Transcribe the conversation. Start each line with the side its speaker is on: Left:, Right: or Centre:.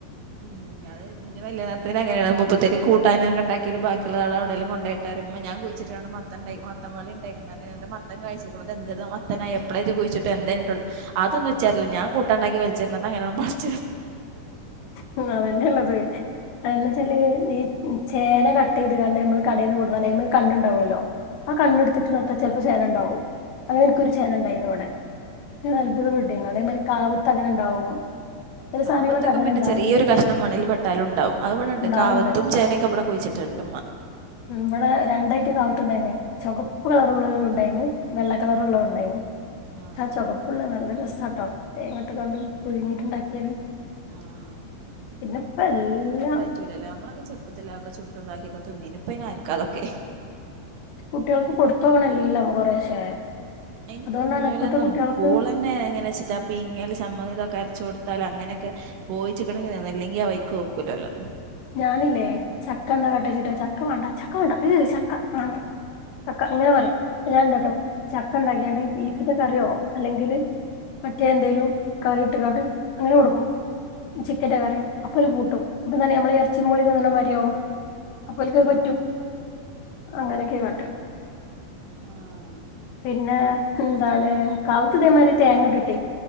Right: ഉം അതെ ന്റെ വല്യ നാത്തൂന് അങ്ങനെണ് മുപ്പത്തിയാര് കൂട്ടാനൊക്കെണ്ടിയിട്ട ബാക്കിയുള്ളതാളവിടെും കൊണ്ടോയിട്ടാ മ്മ ഞാൻ കുഴിച്ചിട്ടണ് മ്മ മത്തൻ ണ്ടായി മത്തൻ വള്ളി ഇണ്ടായിക്ക്ണത് അന്റെ മത്തൻ കഴിച്ചിക്ക്ണു ഇത് എന്ത് ഇത് മത്തനാ എപ്പളേ ഇജ് കുയിച്ചിട്ടെ എന്താ അയിന് ഇട്ട് കൊട് അതൊന്നു വെച്ചായിരുന്നു. ഞാൻ കൂട്ടാണ്ടാക്കി വെൽച്ചെറ്ഞ്ഞു. അന്നങ്ങനേനു <unintelligible>
Left: ന്നാ അതെന്നെ ഉള്ളത് എന്നാച്ചാല് ഈ ചേന കട്ട് ചെയ്ത് കാണ്ട് നമ്മള് കടയേന്ന് കൊടുന്നാൽ അയിമ്മെലൊര് കണ്ണുണ്ടാവുമല്ലോ? ആ
Right: ആഹ്
Left: കണ്ണെടുത്തിട്ട് നിർത്താ ചെല്പ്പം ചേന ഉണ്ടാവും അങ്ങനെ എനിക്ക് ഒരു ചേന ഉണ്ടായിന്നു ഇവിടെ ഞാൻ അത്ഭുതം പെട്ടീന്നു അതേമാതിരി കാവ്ത്ത് അങ്ങനെ ഉണ്ടാവും. <unintelligible>
Right: കാവ്ത്തൊക്കെ
Left: അങ്ങനെ
Right: പിന്നെ
Left: ഉണ്ടാവുണ്ട്
Right: ചെറീയൊര് കഷ്ണം മണ്ൽ പെട്ടാലും ഉണ്ടാവും അത് ഇവിടെണ്ട്
Left: ഉണ്ടാവുണ്ട്
Right: കാവ്ത്തും ചേന ഒക്കെ ഇവിടെ കുഴിച്ചിടും. റ്റെണ്ടുമ്മ
Left: ഉം ഇവിടെ രണ്ടയിറ്റം കാവ്ത്തുണ്ടായീന്നെ ചൊകപ്പ് കളർഉള്ള ഉണ്ടായീന്ന്, വെള്ള കളർ ഉള്ളതും ഉണ്ടായീന്ന്.
Right: ആഹ്
Left: ചാ ചൊവപ്പ് ഉള്ള നല്ല രസാട്ടോ തേങ്ങ ഇട്ട്ക്കാണ്ട് പുഴുങ്ങിയിട്ട് ഇണ്ട ക്ക്യാൽ
Right: ആഹ്
Left: പിന്നെപ്പം എല്ലം
Right: പറ്റൂല്ലല്ലോ നമ്മളൊെക്കെ ചെറുപ്പത്തില്ലാതൊക്കെ ചുട്ടും ഇതാക്കിയൊക്കെ തിന്നീനു. ഇപ്പ അയിന് ആര്ക്കാ അതൊക്കെ.
Left: കുട്ട്യാൾക്ക് കൊടുത്തോക്കണം എല്ലം കൊറേശെ
Right: അയിന്
Left: അതുകൊണ്ടാണ്
Right: തിന്നൂലന്നും
Left: ഇപ്പത്തെ കുട്ടികൾക്ക്
Right: പൂള എന്നെ എങ്ങനെ വെച്ച് ട്ടാ പീങ്ങിയാൽ ചമ്മന്തി ഇതൊക്കെ അരച്ച് കൊടുത്താലും അങ്ങനെയൊക്കെ. പോയിച്ചികണെങ്കി അല്ലെങ്കി ആ വൈക്ക് വെക്കൂല്ല ഓല്ലൊന്നും.
Left: ഞാനില്ലേ ചക്ക എന്താ കാട്ടാ ചോയിച്ചിട്ട് ചക്ക മാണ്ട ചക്ക മാണ്ട അഹ് ചക്ക മം ക്ക ഇങ്ങനെ പറയും ഞാന് എന്താട്ടും ചക്ക ഇണ്ടാക്കിയാണ്ട് ബീഫിന്റെ കറിയോ അല്ലെങ്കിൽ- മറ്റേ എന്തേലും കറി ഇട്ടുക്കാട്ട് അങ്ങനെ കൊടുക്കും. ചിക്കന്റെ കറിയോ അപ്പോ ഓര്
Right: ആഹ്
Left: കൂട്ടും. അപ്പം ന്നാല് നമ്മളെ ഈ ഇറച്ചിം പുളിം തിന്ന്ണ മായിരി ആവും അപ്പോ ഓല്ക്ക് അഹ്
Right: ആഹ്
Left: പറ്റും. അങ്ങനൊക്കെ കാട്ടാ
Right: ആഹ്
Left: പിന്നെ എന്താണ് കാവുത്ത് ഇതേമാതിരി തേങ്ങയിട്ടിട്ടേ